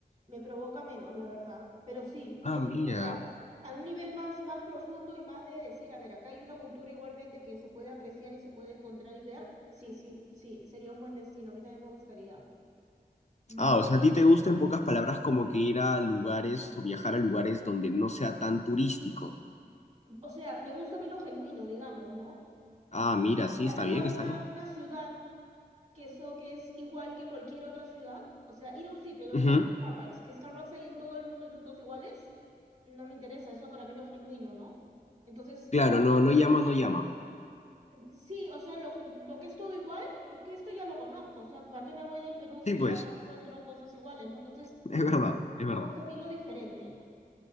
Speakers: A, on the right (about 45°); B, on the left (about 45°).
A: me provoca menos, la verdad. Pero sí,
B: Ah,
A: en-
B: mira.
A: o sea, a un nivel más, más profundo y más de decir, a ver, acá hay una cultura igualmente que se puede apreciar y se puede encontrar y ver, sí, sí, sí, sería un buen destino, a mí también me gustaría. Mm.
B: Ah, o sea, a ti te gusta en pocas palabras como que ir a lugares o viajar a lugares donde no sea tan turístico.
A: o sea, me gusta a mí lo genuino, digamos, ¿no?
B: Ah, mira,
A: O
B: sí,
A: sea,
B: está
A: ir
B: bien,
A: a una,
B: está bien.
A: una ciudad que, eso, que es igual que cualquier otra ciudad, o sea, ir a un sitio donde
B: Ujú.
A: hay un Starbucks, que Starbucks hay en todo el mundo y son todos iguales, no me interesa, eso para mí no es genuino, ¿no? Entonces,
B: Claro,
A: claro,
B: no, no
A: por
B: llama,
A: Indonesia,
B: no llama.
A: eh, sí, o sea, lo, lo que es todo igual, es que esto ya lo conozco, o sea, ¿para qué me voy del Perú si
B: Sí, pues,
A: acá encuentro cosas iguales, ¿no? Entonces,
B: <laughs> es verdad, es
A: me
B: verdad.
A: gusta a mí lo diferente.